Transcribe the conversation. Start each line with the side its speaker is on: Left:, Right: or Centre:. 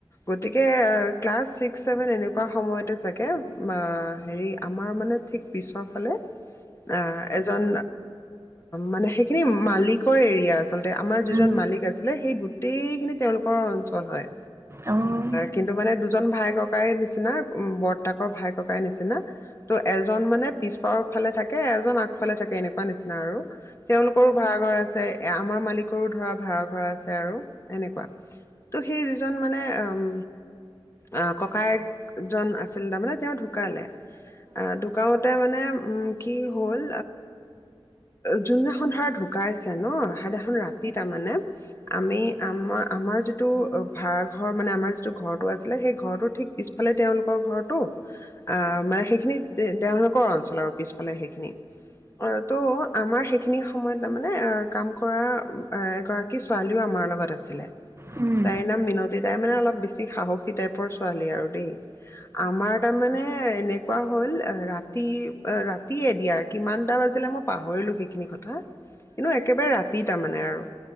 Left: গতিকে ক্লাছ চিক্স, ছেভেন এনেকুৱা সময়তেই চাগে- হেৰি, আমাৰ মানে ঠিক পিছৰ ফালে অঁ- এজন মানে সেইখিনি মালিকৰ এৰিয়া। আচলতে আমাৰ যিজন
Right: উম
Left: মালিক আছিলে, সেই গোটেইখিনি তেওঁলোকৰ অঞ্চল হয়।
Right: অ উম
Left: কিন্তু মানে দুজন ভাই -ককাইৰ নিচিনা, উম বৰ্তাকৰ ভাই -ককাইৰ নিচিনা। ত' এজন মানে পিছপাৰৰ ফালে থাকে, এজন আগ- ফালে থাকে, এনেকুৱা নিচিনা আৰু তেওঁলোকৰো ভাড়াঘৰ আছে। এই আমাৰ মালিকৰো ধৰা ভাড়া আছে আৰু। এনেকুৱা। ত' সেই যিজন মানে উম, আহ ককায়েক- জন আছিল তাৰ মানে তেওঁ ঢুকালে। আহ- ঢুকাওঁতে মানে উম, কি হ'ল? যোন দিনাখন ধৰা ঢুকাইছে- ন, সেই দিনাখন ৰাতি তাৰ মানে আমি আমাৰ- আমাৰ যিটো ভাড়াঘৰ মানে আমাৰ যিটো ঘৰটো আছিলে, সেই ঘৰটো ঠিক পিছফালে তেওঁলোকৰ ঘৰটো। আহ, মানে সেইখিনি তেওঁলোকৰ অঞ্চল আৰু পিছফালে সেইখিনি, অঁ। ত' আমাৰ সেইখিনি সময়ত তাৰমানে অঁ কাম কৰা এগৰাকী ছোৱালীও আমাৰ লগত আছ- ছিলে।
Right: উম।
Left: তাইৰ নাম মিনতী। তাইৰ মানে অলপ বেছি সাহসী টাইপৰ ছোৱালী আৰু দেই। আমাৰ- তাৰমানে এনে এনেকুৱা হ'ল ৰাতি ৰাতিয়ে দিয়া কিমানটা মই পাহৰিলো সেইখিনি কথা। কিন্তু একেবাৰে ৰাতি তাৰমানে আৰু